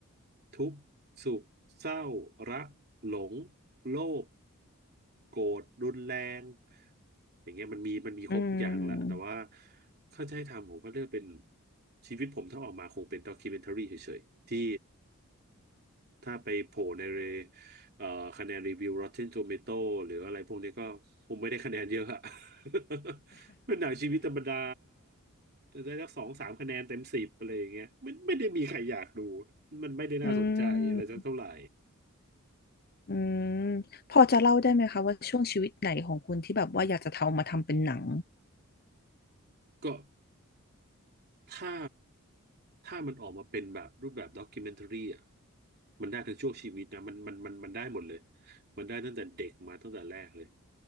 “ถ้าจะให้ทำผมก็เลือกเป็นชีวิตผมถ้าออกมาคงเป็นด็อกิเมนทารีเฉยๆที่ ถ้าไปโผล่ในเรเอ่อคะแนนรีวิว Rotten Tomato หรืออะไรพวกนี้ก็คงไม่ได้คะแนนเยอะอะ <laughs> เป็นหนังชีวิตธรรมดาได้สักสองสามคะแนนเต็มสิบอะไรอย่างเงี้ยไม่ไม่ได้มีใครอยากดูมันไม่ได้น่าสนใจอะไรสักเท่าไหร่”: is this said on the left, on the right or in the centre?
Right